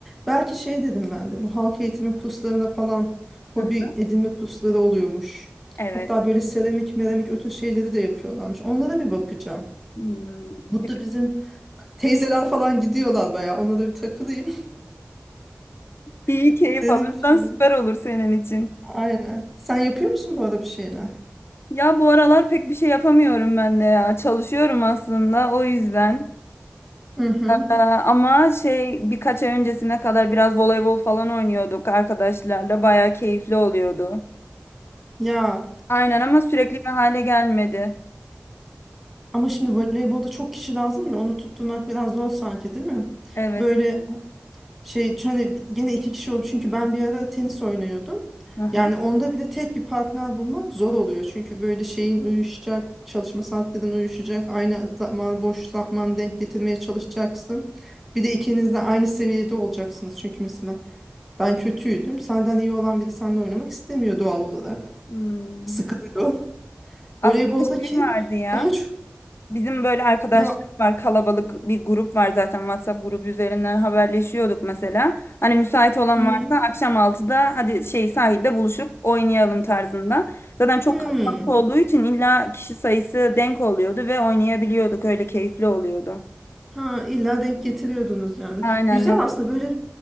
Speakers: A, in the centre; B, on the left.
A: Belki şey dedim ben de bu halk eğitimi kurslarına falan hobi
B: Aha,
A: edinme kursları oluyormuş.
B: Evet.
A: Hatta böyle seramik, meramik ötü şeyleri de yapıyorlarmış. Onlara bir bakacağım.
B: Hmm.
A: Burada
B: Peki,
A: bizim teyzeler falan gidiyorlar bayağı. Onlara bir takılayım.
B: iyi
A: <laughs>
B: keyif
A: Denemiş
B: alırsan
A: olurum.
B: süper olur senin için.
A: Aynen. Sen yapıyor musun bu arada bir şeyler?
B: Ya bu aralar pek bir şey yapamıyorum ben de ya. Çalışıyorum aslında o yüzden.
A: Hı hı.
B: Ee, ama şey birkaç ay öncesine kadar biraz voleybol falan oynuyorduk arkadaşlarla. Bayağı keyifli oluyordu.
A: Ya
B: Aynen ama sürekli bir hale gelmedi.
A: Ama şimdi voleybolda çok kişi lazım ya onu tutturmak biraz zor sanki değil mi?
B: Evet.
A: Böyle şey hani gene iki kişi oldu çünkü ben bir ara tenis oynuyordum.
B: Hı hı.
A: Yani onda bile tek bir partner bulmak zor oluyor. Çünkü böyle şeyin uyuşacak, çalışma saatlerin uyuşacak, aynı zaman boş zaman denk getirmeye çalışacaksın. Bir de ikiniz de aynı seviyede olacaksınız. Çünkü mesela ben kötüydüm. Senden iyi olan biri seninle oynamak istemiyor doğal olarak.
B: Hmm.
A: Sıkılıyor.
B: Aslında
A: Voleyboldaki
B: şey vardı ya.
A: daha çok
B: Bizim böyle arkadaşlar
A: ne var?
B: var kalabalık bir grup var zaten WhatsApp grubu üzerinden haberleşiyorduk mesela. Hani müsait olan
A: Hı
B: varsa
A: hı.
B: akşam altıda hadi şey sahilde buluşup oynayalım tarzında. Zaten çok
A: Hmm.
B: kalabalık olduğu için illa kişi sayısı denk oluyordu ve oynayabiliyorduk öyle keyifli oluyordu.
A: Ha, illa denk getiriyordunuz yani.
B: Aynen
A: Güzel
B: yok.
A: aslında böyle